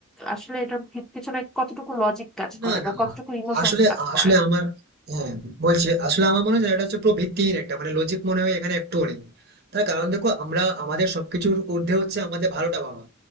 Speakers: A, in the centre; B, on the right.
A: আসলে এটার ভি- পিছনে কতটুকু লজিক কাজ
B: না
A: করে বা কতটুকু
B: না
A: ইমোশনস
B: আসলে
A: কাজ
B: আসলে
A: করে
B: আমার হ্যাঁ বলছি আসলে আমার মনে হয় যে এটা হচ্ছে পুরো ভিত্তিহীন একটা মানে লজিক মনে হয় এখানে একটু নেই তার কারণ দেখো আমরা আমাদের সবকিছুর ঊর্ধ্বে হচ্ছে আমাদের ভালোটা ভাবা